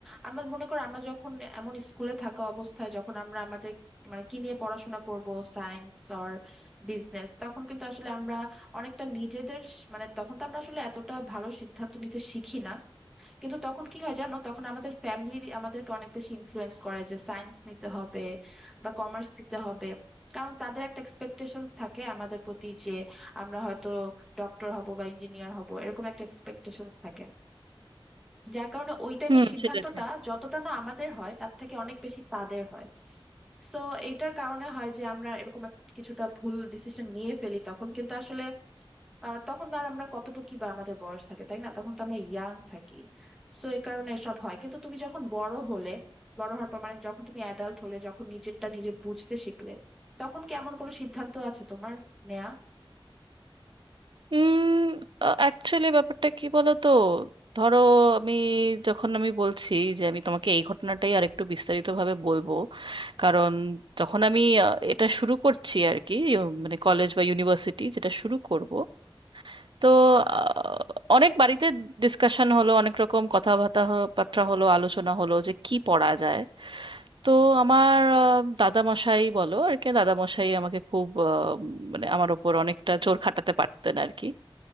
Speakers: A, in the centre; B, on the right.
A: আমরা মনে করো আমরা যখন এমন স্কুলে থাকা অবস্থায় যখন আমরা আমাদের মানে কি নিয়ে পড়াশোনা করব সায়েন্স অর বিজনেস তখন কিন্তু আসলে আমরা অনেকটা নিজেদের স- মানে তখন তো আমরা আসলে এতটা ভালো সিদ্ধান্ত নিতে শিখি না কিন্তু তখন কি হয় জানো তখন আমাদের ফ্যামিলি আমাদেরকে অনেক বেশি ইনফ্লুয়েন্স করে যে সায়েন্স নিতে হবে বা কমার্স নিতে হবে কারণ তাদের একটা এক্সপেকটেশনস থাকে আমাদের প্রতি যে আমরা হয়তো ডক্টর হব বা ইঞ্জিনিয়ার হব এরকম একটা এক্সপেকটেশনস থাকে যার কারণে ওই টাইমের
B: হুম
A: সিদ্ধান্তটা
B: সেটা ঠিক
A: যতটা না আমাদের হয় তার থেকে অনেক বেশি তাদের হয় সো এইটার কারণে হয় যে আমরা এরকম এক- কিছুটা ভুল ডিসিশন নিয়ে ফেলি তখন কিন্তু আসলে আহ তখন তো আর আমরা কতটুকু বা আমাদের বয়স থাকে তাই না তখন তো আমরা ইয়াং থাকি সো এই কারণে এসব হয় কিন্তু তুমি যখন বড় হলে বড় হওয়ার পর মানে যখন তুমি অ্যাডাল্ট হলে যখন নিজেরটা নিজে বুঝতে শিখলে তখন কি এমন কোনো সিদ্ধান্ত আছে তোমার নেয়া
B: উম অ্যাকচুয়ালি ব্যাপারটা কি বলতো ধরো আমি যখন আমি বলছি যে আমি তোমাকে এই ঘটনাটাই আরেকটু বিস্তারিতভাবে বলবো কারণ যখন আমি আহ, এটা শুরু করছি আর কি ইউ- মানে কলেজ বা ইউনিভার্সিটি যেটা শুরু করব তো আহ, অনেক বাড়িতে ডিসকাশন হলো অনেক রকম কথাবার্তা হ- বার্তা হলো আলোচনা হলো যে কি পড়া যায় তো আমার আহ, দাদামশাই বলো আর কি দাদামশাই আমাকে খুব আহ, মানে আমার ওপর অনেকটা জোর খাটাতে পারতেন আর কি